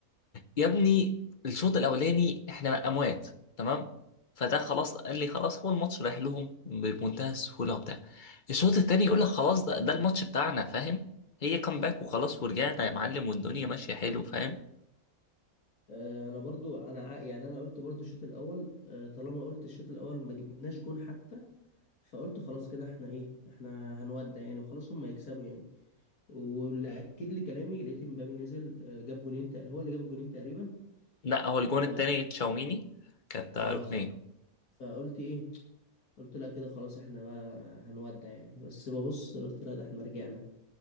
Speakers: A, on the left; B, on the left.
A: يا ابني الشوط الاولاني احنا اموات تمام فده خلاص قال لي خلاص هو الماتش رايح لهم بمنتهى السهوله وبتاع الشوط التاني يقول لك خلاص ده, ده الماتش بتاعنا فاهم هي كامباك وخلاص ورجعنا يا معلم والدنيا ماشيه حلو فاهم
B: آه، انا برضو انا ع- يعني انا قلت برضو الشوط الاول آه، طالما قلت الشوط الاول ما جبناش جون حتى فقلت خلاص كده احنا ايه احنا هنودع يعني وخلاص هم هيكسبوا يعني واللي اكد لي كلامي لقيت مبابي نزل آه، جاب جونين تق- هو اللي جاب الجونين تقريبا
A: لا هو الجون
B: ف
A: التاني تشاوميني كانت ركنيه
B: اه صح فقلت ايه قلت لا كده خلاص احنا بقى هنودع يعني بس ببص قلت لا ده احنا رجعنا